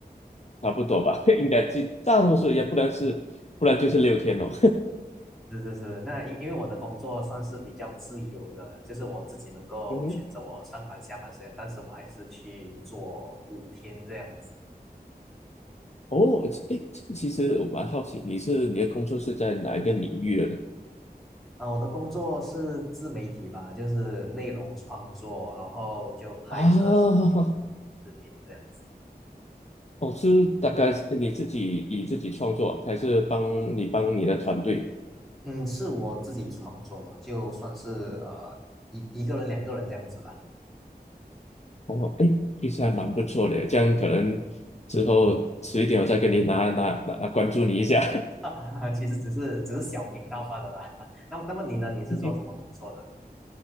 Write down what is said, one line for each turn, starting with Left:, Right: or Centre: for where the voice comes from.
Left: <laughs> 差不多吧，<laughs> 应该就大多数也不然是，不然就是六天哦。
Centre: 是是是，那因因为我的工作算是比较自由的，就是我自己能够选择我上班下班时间，
Left: <laughs> 嗯哼
Centre: 但是我还是去做五天这样子。
Left: 哦，哎，这其实我蛮好奇，你是你的工作是在哪一个领域的呢？
Centre: 啊，我的工作是自媒体吧，就是内容创作，然后就拍摄视频、
Left: 啊，
Centre: 视频这样。
Left: <laughs> 哦，是大概是你自己以自己创作，还是帮你帮你的团队？
Centre: 嗯，是我自己创作了，就算是呃一一个人、两个人这样子啦。
Left: 哦，哎，其实还蛮不错的，这样可能之后迟一点我再给你拿拿拿关注你一下。
Centre: <laughs> 其实只是只是小频道罢了啦。<laughs> 那么那么你呢？你是做什么工作的？
Left: <laughs>